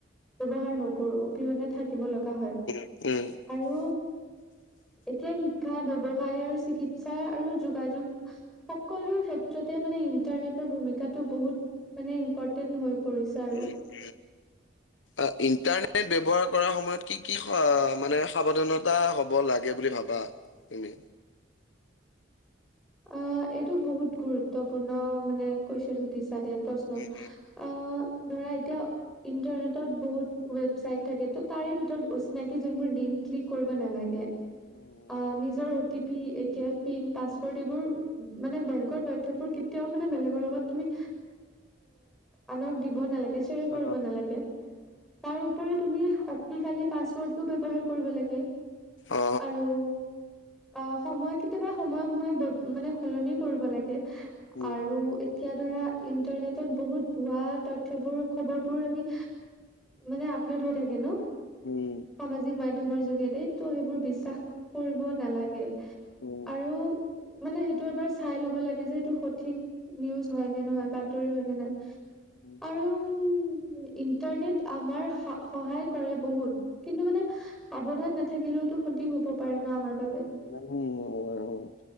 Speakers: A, in the centre; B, on the left.
A: ব্যৱহাৰ ন কৰো অবিহনে থাকিব লগা হয়।
B: উম, উম, উম,
A: আৰু
B: <inaudible>
A: এতিয়া শিক্ষা ব্যৱসায় আৰু চিকিৎসা আৰু যোগাযোগ সকলো ক্ষেত্ৰ ত্ৰতে মানে ইন্টাৰনেটৰ ভূমিকাতটো বহুত মানে ইম্পৰ্টেণ্ট হৈ পৰিছে আৰু।
B: উম উম ইণ্টাৰনেট ব্যৱহাৰ কৰাৰ সময়ত কি কি মানে সাৱধানতা হ'ব লাগে বুলি ভাবা? তুমি
A: অ এইটো বহুত গুৰুত্বপূৰ্ণ মানে কোয়েশ্বন সুধিছে। দেই প্ৰশ্ন
B: উম,
A: আহ ধৰা এতিয়া ইন্টাৰনেটত বহুত ৱেবচাইট থাকে ত' তাৰে ভিতৰত অচিনাকি যোনবোৰ লিংক ক্লিক কৰিব নালাগে।
B: উম,
A: অ নিজৰ O T P, A T M পান, পাচ মানে বেংকৰ তথ্যয়বোৰ কেতিয়াও মানে বেলেগৰ লগত তুমি আনক দিব নালাগে শ্বেয়াৰ কৰিব
B: অ,
A: নালাগে তাৰ উপৰি তুমি সি খালি পাছৱৰ্ডটো ব্যৱহাৰ কৰিব লাগে
B: অ, অ,
A: আৰু অ সময় কেতিয়াবা সময়ে সময়ে মানে সলনি কৰিব লাগে।
B: উম,
A: আৰু এ এতিয়া ধৰা ইন্টাৰনেটত বহুত ভুৱা তথ্যবোৰ খবৰ বোৰ আমি মানে আপলোড হৈ থাকে ন?
B: উম,
A: সামাজিক মাধ্যমৰ যোগেদি তো সেইবোৰ বিশ্বাস কৰিব নালাগে।
B: উম।
A: আৰু মানে সেইটো এবাৰ চাই ল'ব লাগে যে সেইটো সঠিক নিউজ হয় নে নহয় বাতৰি হয় নে নাই
B: উম।
A: আৰু উম, ইণ্টাৰনেট আমাৰ সহায় কৰে বহুত। কিন্তু মানে সাৱধান নাথাকিলেওতো অধিক <unintelligible> হ'ব পাৰে না আমাৰ বাবে।
B: উম